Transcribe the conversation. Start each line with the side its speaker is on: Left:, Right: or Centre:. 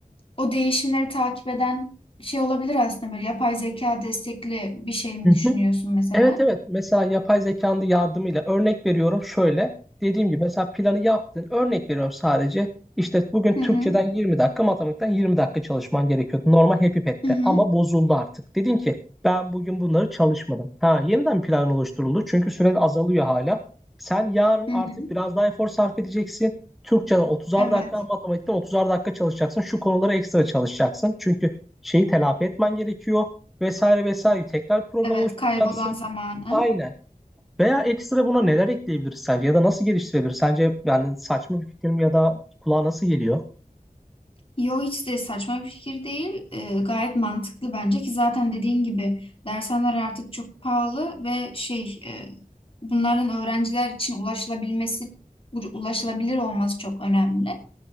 Left: o değişimleri takip eden şey olabilir aslında böyle yapay zeka destekli bir şey mi
Centre: Hı hı.
Left: düşünüyorsun mesela?
Centre: Evet evet mesela yapay zekanın da yardımıyla örnek veriyorum şöyle dediğim gibi mesela planı yaptın örnek veriyorum sadece İşte bugün
Left: Hı
Centre: Türkçeden
Left: hı.
Centre: 20 dakika matematikten 20 dakika çalışman gerekiyordu normal Happy Pet'te
Left: Hı hı.
Centre: ama bozuldu artık dedin ki ben bugün bunları çalışmadım ha yeniden bir plan oluşturuldu çünkü süre de azalıyor hala sen yarın artık
Left: Hı hı.
Centre: biraz daha efor sarf edeceksin Türkçeden 30'ar
Left: Evet.
Centre: dakika matematikten 30'ar dakika çalışacaksın şu konulara ekstra çalışacaksın çünkü şeyi telafi etmen gerekiyor vesaire vesaire tekrar program
Left: Evet,
Centre: oluşturacaksın
Left: kaybolan zamanı.
Centre: Aynen. Veya ekstra buna neler ekleyebiliriz sence ya da nasıl geliştirebiliriz? Sence yani saçma bir fikir mi ya da kulağa nasıl geliyor?
Left: Yo hiç de saçma bir fikir değil. Ee, gayet mantıklı bence ki zaten dediğin gibi dershaneler artık çok pahalı ve şey e, bunların öğrenciler için ulaşılabilmesi ulaşılabilir olması çok önemli.